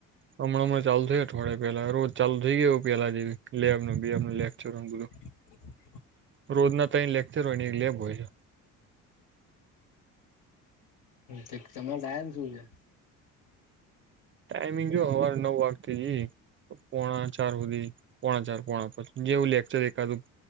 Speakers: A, on the right; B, on the left.
A: હમણાં હણાં ચાલુ થયાઠવાડ પેલા રોજ ચાલુ થઈ ગયો એું પેહલા જેવી લેબ બે લેચ બધું
B: <inaudible>
A: રોજના તં લેક્ચર હોય ની એક લેબ હોય છે
B: હ તમારા ટાયમ શું છે
A: ટાઈમિંગ જો હવાર નવ વાગતી જ પોણા ચાર સુધી પોણા ચાર પોણા પછી જેવું લેક્ચર દેખાતું